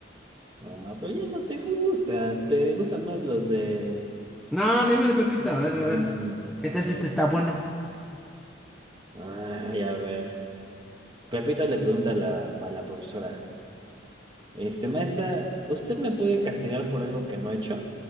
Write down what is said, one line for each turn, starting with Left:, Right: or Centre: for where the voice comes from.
Right: Ah, pero ya no te gustan, te gustan más los de
Centre: No, dime de
Right: los
Centre: Pepita,
Right: chistes
Centre: a ver,
Right: nerds.
Centre: a ver. ¿Qué
Right: A
Centre: tal
Right: ver,
Centre: si este está
Right: pues.
Centre: bueno?
Right: Ay, a ver. Pepito le pregunta a la, a la profesora. Este, maestra, ¿usted me puede castigar por algo que no he hecho?